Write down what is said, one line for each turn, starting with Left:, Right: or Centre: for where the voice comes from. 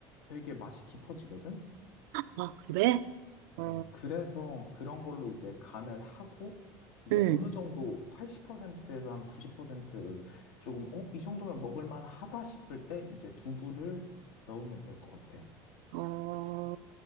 Left: 되게 맛이 깊어지거든?
Right: 아, 그래? 어,
Left: 어, 그래서 그런 걸로 이제 간을 하고, 이제
Right: 응
Left: 어느 정도 80%에서 한 90% 조금, 어, 이 정도면 먹을만 하다 싶을 때 이제 두부를 넣으면 될 것 같아.
Right: 어,